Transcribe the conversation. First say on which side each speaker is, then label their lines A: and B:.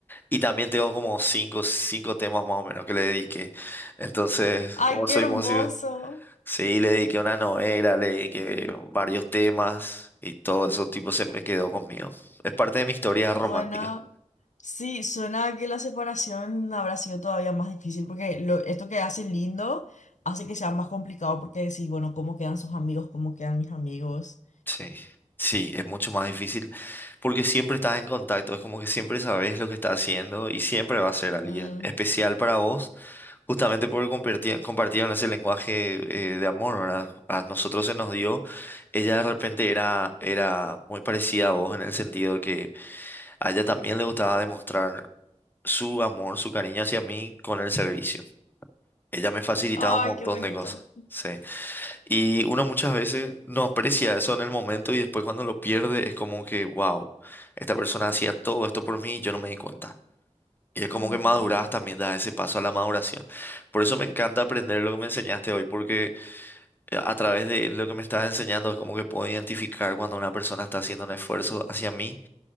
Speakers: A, on the left (about 15°); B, on the left (about 80°).
A: Y también tengo como cinco, cinco temas más o menos que le dediqué. Entonces,
B: Ay,
A: como
B: qué
A: soy
B: hermoso.
A: músico, sí, le dediqué una novela, le dediqué varios temas y todo eso tipo se me quedó conmigo. Es parte de mi historia romántica.
B: Suena, sí, suena a que la separación habrá sido todavía más difícil, porque lo- esto que hace lindo hace que sea más complicado, porque decís, bueno, ¿cómo quedan sus amigos? ¿Cómo quedan mis amigos?
A: Sí. Sí, es mucho más difícil porque siempre estás en contacto, es como que siempre sabes lo que estás haciendo y siempre va a ser alguien
B: Mm,
A: especial para vos Justamente porque comparti- compartieron ese lenguaje eh, de amor, ¿verdad? A nosotros se nos dio. Ella de repente era, era muy parecida a vos en el sentido de que a ella también le gustaba demostrar su amor, su cariño hacia mí con el servicio. Ella me facilitaba
B: Ay,
A: un montón
B: qué bonito.
A: de cosas. Sí. Y uno muchas veces no aprecia eso en el momento y después cuando lo pierde es como que, wow, esta persona hacía todo esto por mí y yo no me di cuenta. Y es como
B: Ujú.
A: que maduras también, das ese paso a la maduración. Por eso me encanta aprender lo que me enseñaste hoy, porque eh, a través de lo que me estás enseñando es como que puedo identificar cuando una persona está haciendo un esfuerzo hacia mí,